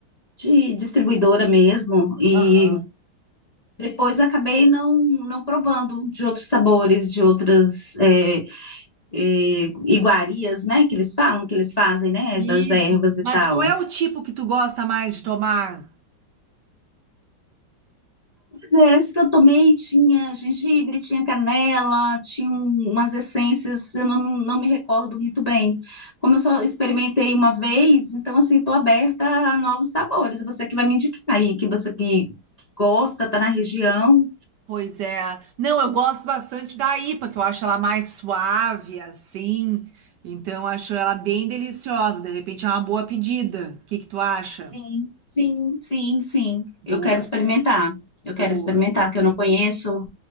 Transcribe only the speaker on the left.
de distribuidora mesmo, e
Depois acabei não, não provando de outros sabores, de outras é, é, iguarias, né? Que eles falam, que eles fazem, né?
Das ervas e
tal.
Mas é, esse que eu tomei tinha gengibre, tinha canela, tinha um- umas essências, eu não, não me recordo muito bem. Como eu só experimentei uma vez, então assim, estou aberta a novos sabores. Você que vai me indicar aí, que você que que gosta, tá na região.
Sim, sim, sim, sim.
Eu quero experimentar. Eu
quero experimentar, que eu não conheço.